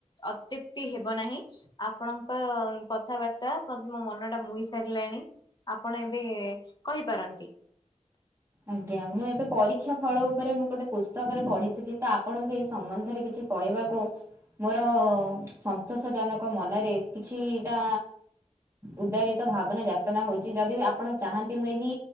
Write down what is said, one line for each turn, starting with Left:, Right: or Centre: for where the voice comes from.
Left: ଅତୁକ୍ତି ହେବ ନାହିଁ ଆପଣଙ୍କ କଥାବାର୍ତ୍ତା ମୋ ମନ ଟା ମୁହି ସାରିଲାଣି ଆପଣ ଏବେ କହିପାରନ୍ତି।
Right: ଆଜ୍ଞା ମୁଁ ଏବେ ପରୀକ୍ଷା ଫଳ ଉପରେ ମୁଁ ଗୋଟେ ପୁସ୍ତକରେ ପଢିଥିଲି ତ ଆପଣଙ୍କୁ ଏଇ ସମ୍ବନ୍ଧରେ କିଛି କହିବାକୁ ମୋର ବିଶସ ଜନକ ମନରେ କିଛିଟା ଉଦାରିତ ଭାବନା ଯାତନା ହଉଛି ଯଦି ଆପଣ ଚାହାନ୍ତି ମୁଁ ଏହି